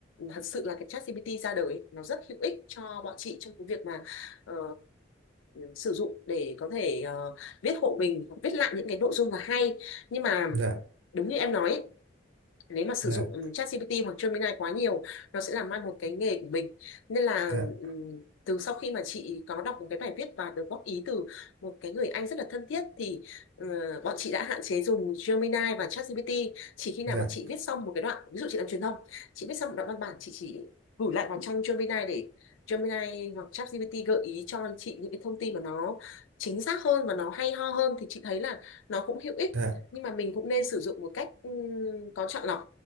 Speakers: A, on the left; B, on the right.
A: thật sự là cái ChatGPT ra đời ấy, nó rất hữu ích cho bọn chị trong cái việc mà ờ, sử dụng để có thể ờ, viết hộ mình, viết lại những cái nội dung là hay. Nhưng mà
B: dạ
A: đúng như em nói ấy, nếu mà sử
B: dạ
A: dụng ChatGPT hoặc Gemini quá nhiều nó sẽ làm mai một cái nghề của mình nên là
B: dạ
A: ừm, từ sau khi mà chị có đọc một cái bài viết và được góp ý từ một cái người anh rất là thân thiết thì ờ, bọn chị đã hạn chế dùng Gemini và ChatGPT chỉ khi nào
B: dạ
A: bọn chị viết xong một cái đoạn ví dụ chị làm truyền thông chị viết xong một đoạn văn bản chị chỉ gửi lại vào trong Gemini để Gemini hoặc ChatGPT gợi ý cho chị những cái thông tin mà nó chính xác hơn và nó hay ho hơn thì chị thấy là nó cũng hữu ích
B: dạ
A: nhưng mà mình cũng nên sử dụng một cách ừm, có chọn lọc